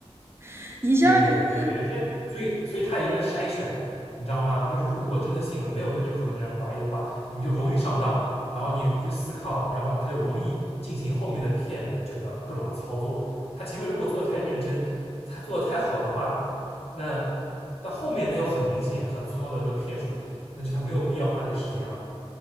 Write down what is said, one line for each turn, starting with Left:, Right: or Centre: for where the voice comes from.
Right: <laughs> 一下就
Left: 对对，有些，所以所以他也就是在筛选，你知道吗？就是如果真的信了，没有对这口音产生怀疑的话，你就容易上当，然后你也不去思考，然后他就容易进行后面的骗的这个各种操作。他前面如果做的太认真，他做的太好的话，那到后面那有很明显、很粗糙的这个骗术，那就他没有必要花这个时间了。